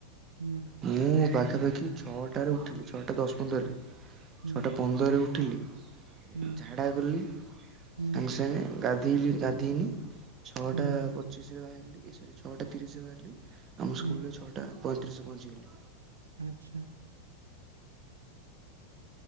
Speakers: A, on the right; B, on the right.
A: ହୁଁ।
B: ମୁଁ ପାଖାପାଖି ଛଅଟାରେ ଉଠିଲି ଛଅଟା ଦଶ ପନ୍ଦରରେ
A: ହୁଁ
B: ଛଅଟା ପନ୍ଦରରେ ଉଠିଲି।
A: ହୁଁ
B: ଝାଡ଼ା ଗଲି
A: ହୁଁ
B: ସାଙ୍ଗେ ସାଙ୍ଗେ ଗାଧେଇଲି ଗାଧେଇନି। ଛଅଟା
A: ହୁଁ
B: ପଚିଶରେ ବାହାରିଲି ଛଅଟା ତିରିଶରେ ବାହାରିଲି ଆମ
A: ହୁଁ
B: ସ୍କୁଲରେ ଛଅଟା ପଇଁତିରିଶି ରେ ପହଞ୍ଚିଗଲି।
A: ଆଛା।